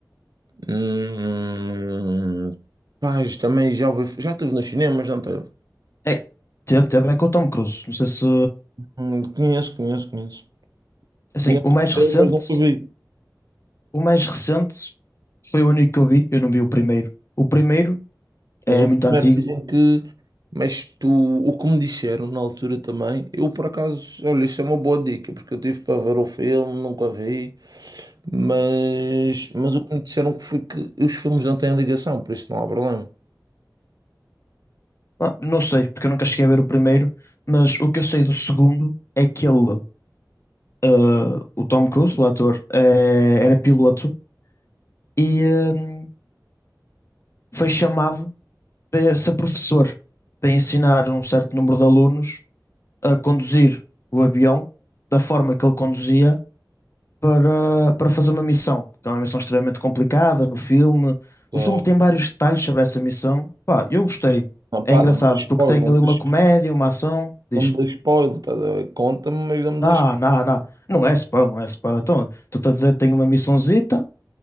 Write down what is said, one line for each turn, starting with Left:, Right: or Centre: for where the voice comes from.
Right: Hum, pá, isto também já, ouvi- já estive nos cinemas, não teve?
Left: É, teve, teve, é com o Tom Cruise. Não sei se.
Right: Hum, conheço, conheço, conheço.
Left: é Assim,
Right: Conheço
Left: o
Right: o
Left: mais
Right: filme,
Left: recente,
Right: mas nunca vi.
Left: o mais recente foi o único que eu vi, eu não vi o primeiro. O primeiro.
Right: Mas
Left: É
Right: o
Left: muito
Right: primeiro
Left: antigo,
Right: dizem que. Mas tu, o que me disseram na altura também, eu por acaso, olha, isso é uma boa dica, porque eu tive para ver o filme, nunca vi, mas, mas o que me disseram que foi que os filmes não têm ligação, por isso não há problema.
Left: Ah, Não sei, porque eu nunca cheguei a ver o primeiro, mas o que eu sei do segundo é que ele, ah, o Tom Cruise, o ator, eh, era piloto e hum, foi chamado para ser professor, para ensinar um certo número de alunos a conduzir o avião da forma que ele conduzia para, para fazer uma missão, que é uma missão extremamente complicada no filme.
Right: Só-
Left: O filme tem vários detalhes sobre essa missão. Pá, eu gostei.
Right: Ah, pá,
Left: É engraçado,
Right: não me dê spoiler,
Left: porque tem
Right: não
Left: ali
Right: me
Left: uma
Right: dê
Left: comédia, uma ação. Diz.
Right: não me dê spoiler, tá, a conta-me, mas não me
Left: Não,
Right: dê
Left: não, não. Não é spoiler, não é spoiler. Então, tu estás a dizer que tem uma missãozita,